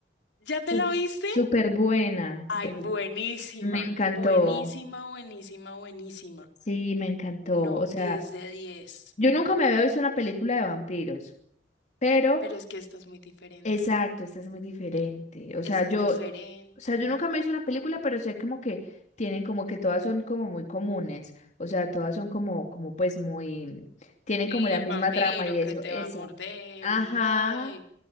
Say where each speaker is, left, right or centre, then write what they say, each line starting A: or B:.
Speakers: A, on the left; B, on the left.
A: ¿Ya te
B: Sú-
A: la viste?
B: Súper buena.
A: Ay,
B: súper-
A: buenísima,
B: Me encantó.
A: buenísima, buenísima, buenísima.
B: Sí, me encantó.
A: No,
B: O sea,
A: diez de diez,
B: yo nunca me había visto una película de vampiros. Pero
A: Pero es que esta es muy diferente.
B: Exacto, estás muy diferente. O sea,
A: Esa
B: yo,
A: es diferente.
B: o sea, yo nunca me hice una película, pero sé como que tienen como que todas son como muy comunes. O sea, todas son como, como pues muy, tienen
A: Y
B: como la
A: el
B: misma
A: vampiro
B: trama y eso.
A: que te
B: Esa.
A: va a morder
B: Ajá.
A: y ay,